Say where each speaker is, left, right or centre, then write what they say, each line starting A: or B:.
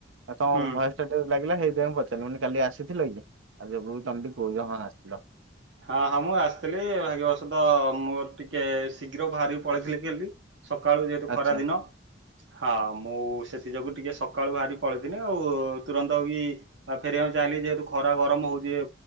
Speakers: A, on the right; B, on the right.
A: ଆଉ ତମ
B: ହୁଁ
A: ଭୟସ ଟିକେ ଲାଗିଲାଇାଇ ମୁ ପଚାରିଲି କାଲି ଆସିଥିଲ କି ଆଉ ଯୋଗ କୁ ତମ ଟ କହୁଛ ହଁ ଆସିଥିଲି। ଲ
B: ହଁ ହଁ ମୁଁ ଆସିଥିଲି ଭାଗ୍ୟବଶତ ମୋର ଟିକେ ଶୀଘ୍ର ବାହାରି ପଳେଇଥିଲି କାଲି ସକାଳୁ ଯେହେତୁ
A: ଆଚ୍ଛା
B: ଖରା ଦିନ ହଁ ମୁଁ ସେଥିଯୋଗୁଁ ଟିକେ ସକାଳୁ ବାହାରି ପଳେଇଥୁଲି ଆଉ ତୁରନ୍ତ ବି ଆଉ ଫେରିବାକୁ ଚାହିଁଲି ଯେହେତୁ ଖରା ଗରମ ହଉଛି